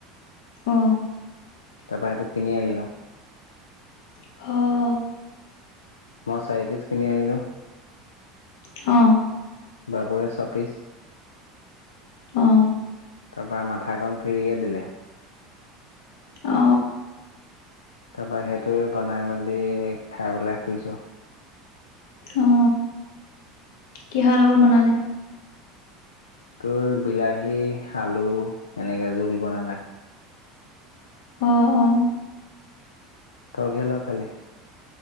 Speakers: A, on the left (about 65°); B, on the left (about 85°).
A: অঁ।
B: তাৰপৰা এইটো কিনি আনিলোঁ।
A: অ
B: মই চাৰিপিচ কিনি আনিলোঁ।
A: অ
B: বাবুয়ে চপিছ।
A: অ
B: তাৰপৰা মাথাাকণ ফ্ৰিকে দিলে।
A: অ।
B: তাৰপৰা সেইটোৱেই বনাই মেলি খাই পেলাই শুইছোঁ।
A: অ কিহৰ লগত বনালে?
B: তোৰ বিলাহী আলু এনেকৈ জোল বনালোঁ।
A: অ অ।
B: তই কিহৰ লগত খালি?